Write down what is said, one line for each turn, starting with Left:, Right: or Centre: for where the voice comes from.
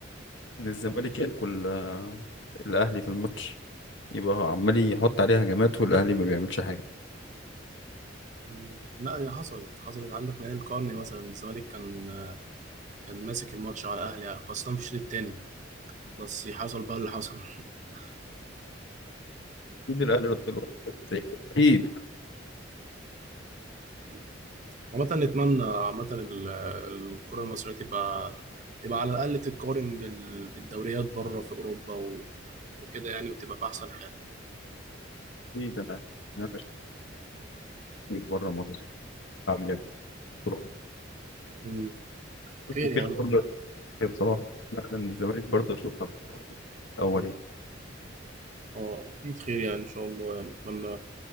Left: ان الزمالك
Right: أيوه
Left: ياكل
Right: أيوه
Left: آه، الاهلي في الماتش يبقى هو عمال يحط عليها هجمات والاهلي ما بيعملش حاجه
Right: مم. لا هي حصلت حصلت عندك نهائي القرن مثلا الزمالك كان كان ماسك الماتش على الأهلي خاصة في الشوط التاني بس حصل بقى اللي حصل <laughs>
Left: اكيد الاهلي رد له زي- اكيد
Right: مم. عامة نتمنى عامة ال- الكرة المصرية تبقى تبقى على الأقل تتقارن بال... بالدوريات بره في أوروبا و... وكده يعني وتبقى في أحسن حال
Left: اكيد انا انا بره مصر عامل ايه بصراحه
Right: مم.
Left: بصراحة.
Right: خير يا عم
Left: بصراحة. بصراحه انا من الزمالك برضه اشوفها الاول يعني.
Right: اه أكيد خير يعني إن شاء الله يعني أتمنى